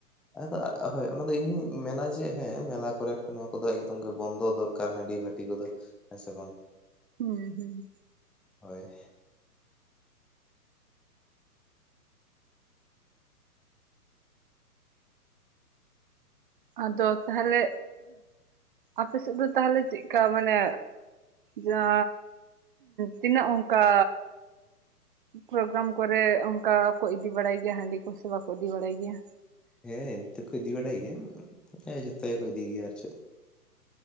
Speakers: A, in the centre; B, on the right (about 35°).
A: ᱟᱫᱚ ᱦᱳᱭ ᱚᱱᱟ ᱫᱚ ᱤᱧ ᱦᱩᱧ ᱢᱮᱱᱟ ᱡᱮ ᱦᱮᱸ ᱢᱮᱞᱟ ᱠᱚᱨᱮ ᱱᱚᱣᱟ ᱠᱚᱫᱚ ᱮᱠᱫᱚᱢ ᱜᱮ ᱵᱚᱱᱫᱚ ᱫᱚᱨᱠᱟᱨ ᱦᱟᱺᱰᱤ ᱵᱷᱟᱹ ᱴᱤ ᱠᱚᱫᱚ ᱦᱮᱸ ᱥᱮ ᱵᱟᱝ?
B: ᱦᱩᱸ ᱦᱩᱸ᱾
A: ᱦᱳᱭ᱾
B: ᱟᱫᱚ ᱛᱟᱦᱟᱞᱮ ᱟᱯᱮᱥᱮᱫ ᱫᱚ ᱛᱟᱦᱟᱞᱮ ᱪᱮᱫᱞᱮᱠᱟ ᱢᱟᱱᱮ ᱡᱟ ᱛᱤᱱᱟᱹᱜ ᱚᱝᱠᱟ ᱯᱨᱳᱜᱨᱟᱢ ᱠᱚᱨᱮ ᱚᱱᱠᱟᱠᱚ ᱤᱫᱤ ᱵᱟᱲᱟᱭ ᱜᱮᱭᱟ ᱦᱟᱺᱰᱤ ᱠᱚ ᱥᱮ ᱵᱟᱠᱚ ᱤᱫᱤ ᱵᱟᱲᱟᱭ ᱜᱮᱭᱟ?
A: ᱦᱮᱸ ᱤᱫᱤ ᱫᱚᱠᱚ ᱤᱫᱤ ᱵᱟᱲᱟᱭ ᱜᱮᱭᱟ ᱦᱮᱸ ᱜᱮᱠᱚ ᱜᱮᱭᱟ ᱟᱨ ᱪᱮᱫ᱾